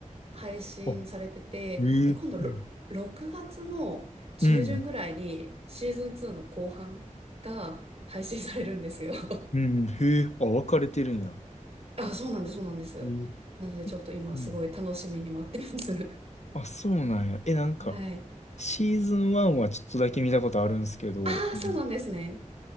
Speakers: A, on the right (about 50°); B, on the left (about 60°).
A: 配信されてて、
B: あ、えー、
A: で、今度ろ6月の中旬ぐらいにシーズン2の後半が配信されるんですよ。
B: はい、うん。
A: <laughs>
B: うん。へえ、あ、分かれてるんや。
A: あ、そうなんです、そうなんです。
B: えー、
A: なのでちょっと今すごい楽しみに待ってます。
B: えうん。あ、そうなんや。え、なんか、
A: <laughs> はい。
B: シーズン1はちょっとだけ見たことあるんですけど、
A: ああ、
B: うん
A: そうなんですね。